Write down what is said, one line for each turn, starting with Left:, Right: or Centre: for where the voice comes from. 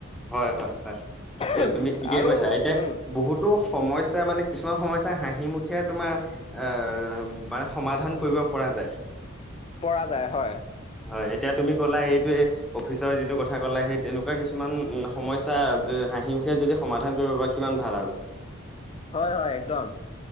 Centre: হয় হয় হয়। এয়া
Left: উম,
Centre: তুমি ঠিকেই
Left: আৰু
Centre: কৈছা। এতিয়া
Left: উম
Centre: বহুতো সমস্যা মানে কিছুমান সমস্যা হাঁহিমুখেৰে তোমাৰ আহ মানে সমাধান কৰিব পৰা যায়।
Left: পৰা যায় হয়।
Centre: হয় এতিয়া তুমি ক'লা এইটোৱে অফিচৰ যিটো কথা ক'লা সেই তেনেকুৱা কিছুমান উম। সমস্যা হাঁহিমুখে যদি সমাধান কৰিব পাৰা কিমান ভাল আৰু।
Left: হয় হয় একদম।